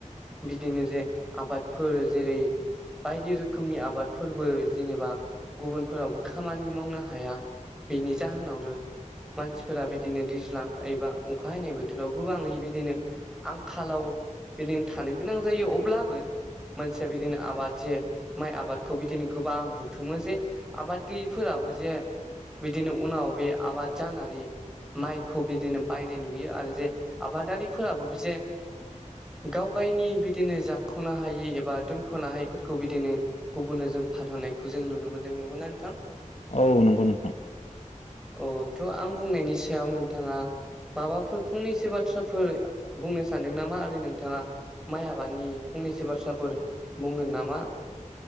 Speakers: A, in the centre; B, on the left.
A: बिदिनो जे आबादफोर जेरै बायदि रोखोमनि आबादफोरबो जेनेबा गुबुन फोरावबो खामानि मावनो हाया बेनि जाहोनावनो मानसिफोरा बिदिनो दैज्लां एबा अखा हयनाय बोथोराव गोबाङै बिदिनो आंखालाव बिदिनो थानो गोनां जायो अब्लाबो मानसिया बिदिनो आबाद जे माइ आबादखौ बिदिनो गोबां बुथुमो जे आबाद गैयिफोराबो जे बिदिनो उनाव बे आबाद जानानै माइखौ बिदिनो बायनाय नुयो आरो जे आबादारिफोराबो बे जे गाव गायनि बिदिनो जाख'नो हायि एबा दोनख'नो हायिफोरखौ बिदिनो गुबुननो जों फाहरनायखौ जों नुनो मोन्दों नंगौना नोंथां?
B: औ नंगौ नोंथां
A: अ थ' आं बुंनायनि सायाव नोंथाङा माबाफोर फंनैसो बाथ्राफोर बुंनो सानदों नामा आरो नोंथाङा माइ आबादनि फंनैसो बाथ्राफोर बुंगोन नामा?